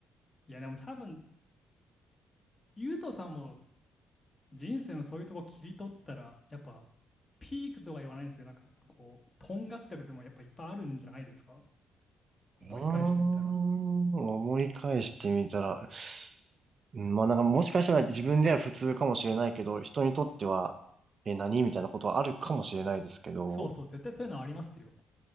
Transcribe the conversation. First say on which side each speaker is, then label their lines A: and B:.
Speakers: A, on the left; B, on the right.
A: いや、でも多分、ゆうとさんも人生のそういうとこ切り取ったら、やっぱ、ピークとは言わないですけど、なんか、こう、とんがってる部分はやっぱいっぱいあるんじゃないですか思い返してみたら。
B: あー思い返してみたら、うんまあなんかもしかしたら自分では普通かもしれないけど、人にとっては、え、何みたいなことはあるかもしれないですけど、
A: そうそう、絶対そういうのはありますよ。